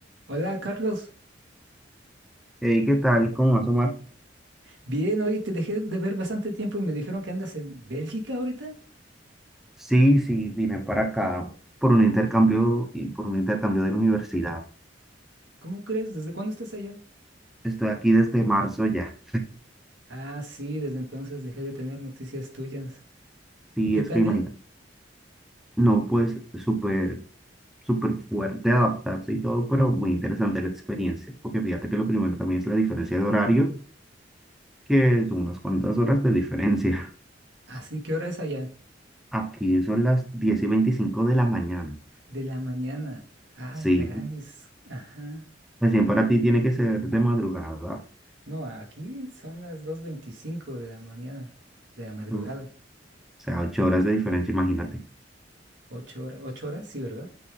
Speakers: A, on the right; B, in the centre.
A: Hola Carlos,
B: Hey, ¿qué tal? ¿Cómo vas, Omar?
A: bien, oye, te dejé de ver bastante tiempo y me dijeron que andas en Bélgica ahorita.
B: Sí, sí, vine para acá por un intercambio y por un intercambio de la universidad.
A: ¿Cómo crees? ¿Desde cuándo estás allá?
B: Estoy aquí desde marzo ya.
A: Ah, sí, desde entonces dejé de tener noticias tuyas.
B: Sí,
A: ¿Y qué
B: es
A: tal,
B: que imagínate.
A: eh?
B: No, pues súper, súper fuerte adaptarse y todo, pero muy interesante la experiencia. Porque fíjate que lo primero también es la diferencia de horario, que son unas cuantas horas de diferencia.
A: Así, ¿qué hora es allá?
B: Aquí son las 10 y 25 de la mañana.
A: De la mañana. Ah,
B: Sí,
A: caray. Ajá.
B: recién para ti tiene que ser de madrugada.
A: No, aquí son las dos veinticinco de la mañana, de la madrugada.
B: Uf, o sea, ocho horas de diferencia, imagínate.
A: Ocho horas, ocho horas, sí, ¿verdad?